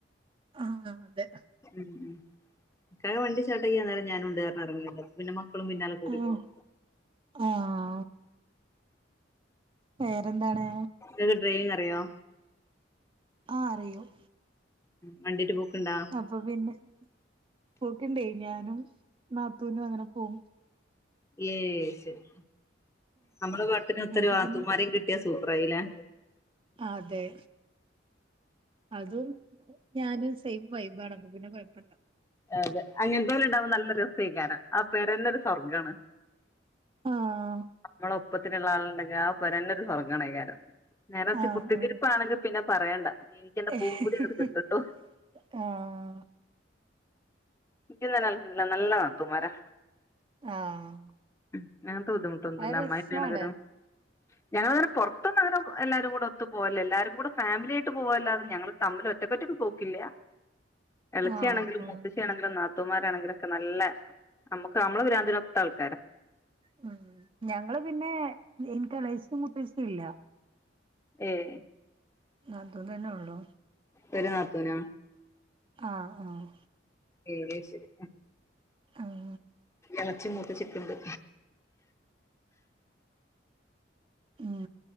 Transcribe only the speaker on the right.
ആഹ് അതെ
ആഹ് ആഹ് വേറെന്താണ്
ആഹ് അറിയും
അപ്പൊ പിന്നെ പോക്കുണ്ടേ ഞാനും നാത്തൂനും അങ്ങനെ പോകും
ഞങ്ങക്ക്
പിന്നെ
അതെ അതും ഞാനും സെയിം വൈബാണ് അപ്പ പിന്നെ കൊഴപ്പല്ല
ആഹ്
ആഹ്
ആഹ്
ആഹ്
അത് രസാണ്
ആഹ് ആഹ്
ഉം ഞങ്ങള് പിന്നെ ഇൻക്ക് എളേച്ചിം മൂത്തച്ചിം ഇല്ല
നാത്തൂനന്നെ ഒള്ളൂ
ആഹ് ആഹ്
ആഹ്
ഉം